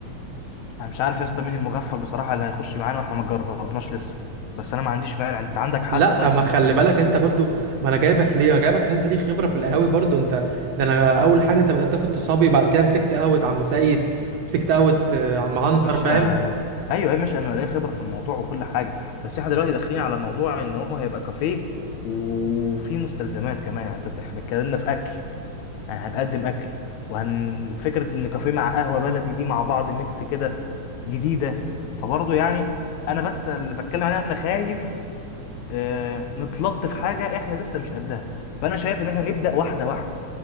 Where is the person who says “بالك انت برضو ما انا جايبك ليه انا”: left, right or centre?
Right